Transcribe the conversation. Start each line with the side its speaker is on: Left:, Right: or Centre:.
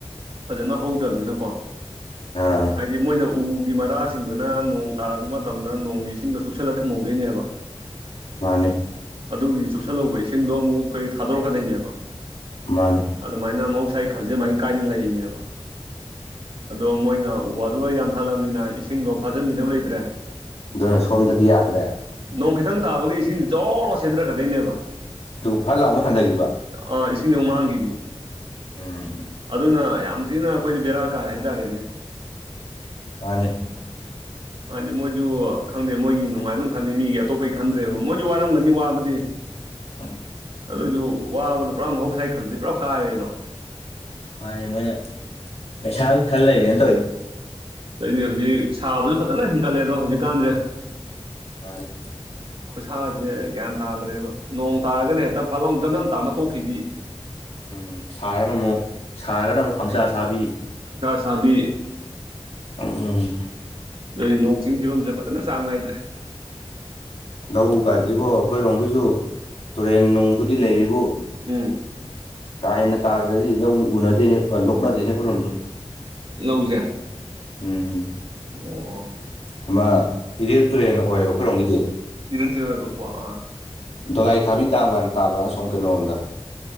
Right: ꯐꯖꯅ ꯍꯧꯗ꯭ꯔꯕꯅꯤꯅꯀꯣ
Left: ꯑꯥ
Right: ꯍꯥꯏꯗꯤ ꯃꯣꯏꯅ ꯎꯒꯤ ꯃꯔꯥꯁꯤꯡꯗꯨꯅ ꯅꯣꯡ ꯇꯥꯔꯛꯄ ꯃꯇꯝꯗ ꯅꯣꯡꯒꯤ ꯏꯁꯤꯡꯗꯣ ꯆꯨꯞꯁꯜꯂ ꯊꯝꯍꯧꯗꯣꯏꯅꯦꯕ
Left: ꯃꯥꯅꯦ
Right: ꯑꯗꯨꯒꯤ ꯆꯨꯞꯁꯜꯍꯧꯕ ꯏꯁꯤꯡꯗꯣ ꯑꯃꯨꯛ ꯑꯩꯈꯣꯏ ꯊꯥꯗꯣꯔꯛꯀꯗꯣꯏꯅꯦꯕ
Left: ꯃꯥꯅꯦ
Right: ꯑꯗꯨꯃꯥꯏꯅ ꯃꯍꯧꯁꯥꯒꯤ ꯈꯜꯁꯦ ꯑꯗꯨꯃꯥꯏꯅ ꯀꯥꯏꯅ ꯂꯩꯔꯤꯅꯦꯕ ꯑꯗꯣ ꯃꯣꯏꯅ ꯎ ꯋꯥꯗꯨ ꯂꫭꯏ ꯌꯥꯟꯊꯠꯂꯕꯅꯤꯅ ꯏꯁꯤꯡꯗꯣ ꯐꯥꯖꯤꯟꯕꯤꯅꯕ ꯂꯩꯇ꯭ꯔꯦ
Left: ꯗ ꯁꯣꯝꯗꯗꯤ ꯌꯥꯗ꯭ꯔꯦ
Right: ꯅꯣꯡ ꯈꯤꯇꯪ ꯇꯥꯕꯒ ꯏꯁꯤꯡꯗꯤ ꯖꯣ ꯁꯦꯟꯊꯔꯛꯀꯗꫭꯏꯅꯦꯕ
Left: ꯑꯗꯨꯒ ꯐꯠ ꯂꯥꯎꯨ ꯍꯟꯊꯈꯤꯕ
Right: ꯑ ꯏꯁꯤꯡꯗꯧ ꯃꯥꯡꯈꯤꯕ
Left: ꯎꯝ
Right: ꯑꯗꯨꯅ ꯌꯥꯝ ꯍꯧꯖꯤꯛꯅ ꯑꯩꯈꯣꯏꯗꯤ ꯕꯦꯔꯥ ꯀꯥꯔ ꯍꯥꯏꯇꯥꯔꯦꯅꯦ
Left: ꯃꯥꯅꯦ
Right: ꯍꯥꯏꯗꯤ ꯃꯣꯏꯁꯨ ꯈꯪꯗꯦ ꯃꯣꯏꯒꯤ ꯅꯨꯡꯉꯥꯏ ꯑꯗꯨꯝ ꯈꯜꯂꯤ ꯃꯤꯒꯤ ꯑꯇꯣꯞꯄꯒꯤ ꯈꯟꯗ꯭ꯔꯦꯕ ꯃꯣꯏꯁꯨ ꯋꯥꯔꯝꯒꯅꯤ ꯋꯥꯕꯗꯤ ꯑꯦ
Left: ꯑꯎ
Right: ꯑꯗꯨꯁꯨ ꯋꯥꯕꯗꯣ ꯄꯨꯔꯥ ꯃꯍꯧ ꯁꯥꯏ ꯈꯜꯂꯗꯤ ꯄꯨꯔꯥ ꯀꯥꯏꯔꯦꯗꯣ
Left: ꯃꯥꯅꯦ ꯃꯣꯏꯅ ꯄꯩꯁꯥꯒꯤ ꯈꯜ ꯂꯩꯔꯦꯅ ꯇꯧꯔꯤꯅꯦ
Right: ꯑꯩꯅꯦ ꯍꯧꯖꯤꯛ ꯁꯥꯕꯁꯨ ꯐꯖꯅ ꯍꯦꯟꯒꯠꯂꯦ ꯑꯗꯣ ꯍꯧꯖꯤꯛꯀꯥꯟꯁꯦ
Left: ꯃꯥꯅꯦ
Right: ꯈꯨꯠꯁꯥꯁꯦ ꯒ꯭ꯌꯥꯟ ꯇꯥꯗ꯭ꯔꯦꯕ ꯅꯣꯡ ꯇꯥꯔꯒꯅ ꯍꯦꯛꯇ ꯐꯠꯂꯥꯎ ꯖꯝꯅꯝ ꯇꯥꯔꯝꯃ ꯇꯣꯛꯈꯤꯗꯤ
Left: ꯎꯝ ꯁꯥꯔꯒꯅ ꯑꯃꯨꯛ ꯁꯥꯔꯒꯅ ꯑꯃꯨꯛ ꯈꯪꯁꯥ ꯁꯥꯕꯤ
Right: ꯀꯀꯥ ꯁꯥꯕꯤ
Left: ꯎꯝ
Right: ꯅꯦ ꯅꯣꯡ ꯆꯤꯡꯒꯤ ꯐꯤꯕꯝꯁꯦ ꯐꯖꯅ ꯆꯥꯡ ꯅꯥꯏꯗ꯭ꯔꯦ
Left: ꯂꯧꯒꯁꯤꯕꯣ ꯑꯩꯈꯣꯏꯔꯣꯝꯒꯤꯁꯨ ꯇꯨꯔꯦꯟ ꯅꯨꯡꯕꯨꯗꯤ ꯂꯩꯕꯨ
Right: ꯎꯝ
Left: ꯀꯥ ꯍꯦꯟꯅ ꯇꯥꯗ꯭ꯔꯗꯤ ꯂꯧꯁꯨ ꯎꯅꯗꯦꯅꯦ ꯂꯣꯛꯅꯗꯦꯅꯦ ꯑꯩꯈꯣꯏꯔꯣꯝꯁꯨ
Right: ꯂꯧꯖꯦ
Left: ꯎꯝ
Right: ꯑꯣ ꯑꯣ
Left: ꯑꯃ ꯏꯔꯤꯜ ꯇꯨꯔꯦꯜ ꯑꯣꯏꯌꯦꯕ ꯑꯩꯈꯣꯏꯔꯣꯝꯒꯤꯗꯤ
Right: ꯏꯔꯟꯗꯤꯔꯣꯏꯕ ꯋꯥ ꯑ
Left: ꯗꯣꯂꯥꯏ ꯊꯥꯕꯤ ꯗꯥꯝ ꯀꯥꯏꯅ ꯇꯥꯕ꯭ꯔꯥ ꯑꯁꯣꯝ ꯀꯩꯅꯣꯝꯗ